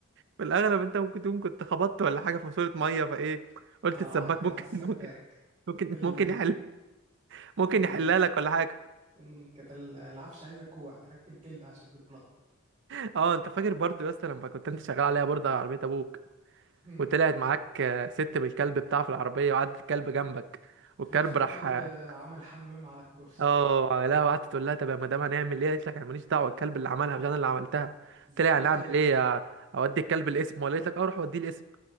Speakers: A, on the right (about 60°); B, on the right (about 25°).
A: في الاغلب انت ممكن تكون كنت خبطت ولا حاجه في ماسوره ميه فايه قلت
B: اه
A: السباك
B: عديت
A: ممكن
B: على السباك
A: <laughs> ممكن ممكن
B: كانت ال
A: ممكن يحل ممكن
B: كانت ال
A: يحلها لك ولا حاجه
B: مم، كانت ال- العفش عايزة كوع تركب جلد عشان بتنقط
A: اه انت فاكر برضه يا اسطى لما كنت انت شغال عليها برضه على عربيه ابوك
B: مم.
A: وطلعت معاك آه، ست بالكلب بتاعه في العربية وقعدت الكلب جنبك والكلب
B: في الاخر الكلب
A: راح اه
B: عمل حمام على الكرسي
A: آه، لا وقعدت تقول لها طب يا مدام هنعمل ايه قالت لك انا ماليش دعوة الكلب اللي عملها مش انا اللي عملتها
B: بالظبط
A: قلت لها يعني
B: كان
A: اعمل ايه آه، اودي الكلب الاسم ولا قالت لك اه روح وديه الاسم